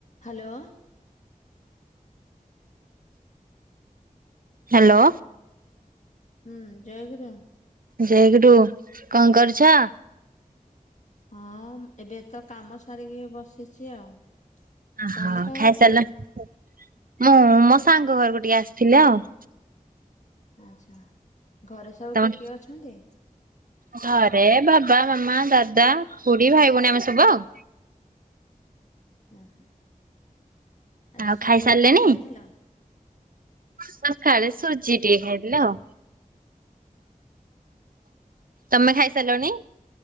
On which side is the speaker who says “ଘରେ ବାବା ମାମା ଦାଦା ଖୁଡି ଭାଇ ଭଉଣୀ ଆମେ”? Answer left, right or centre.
Right